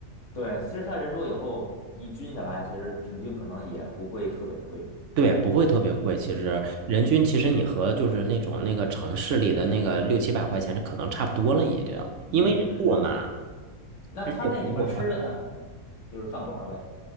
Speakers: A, on the left; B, on the right.
A: 对，其实它人多以后一均下来，其实平均可能也不会特别贵，
B: 对，不会特别贵。
A: 对吧？
B: 其实人均，其实你和就是那种那个城市里的那个六七百块钱，这可能差不多了已经，
A: 嗯嗯嗯。
B: 因为人多嘛，
A: 那它那里面吃的呢，
B: 而且服务还好
A: 就是饭馆儿呗，